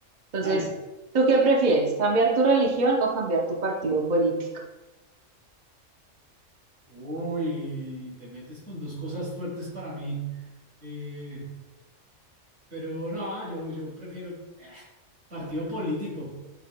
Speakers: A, on the right; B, on the right.
A: Entonces,
B: Dale.
A: ¿tú qué prefieres, cambiar tu religión o cambiar tu partido político?
B: Uy, te metes con dos cosas fuertes para mí. Eh, pero no, yo, yo prefiero eh, partido político.